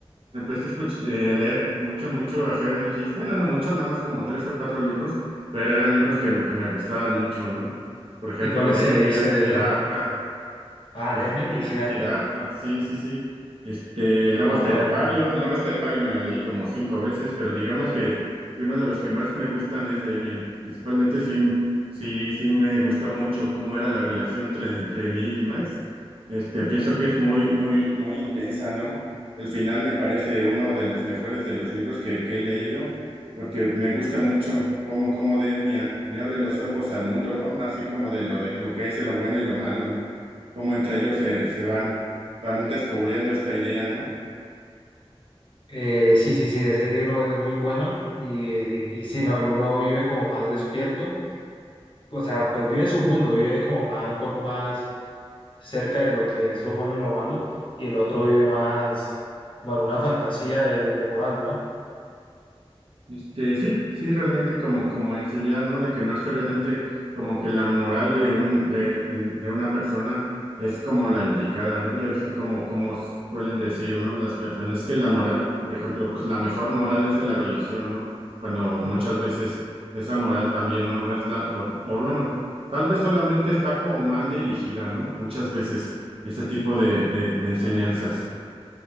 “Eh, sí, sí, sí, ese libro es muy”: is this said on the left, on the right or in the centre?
Left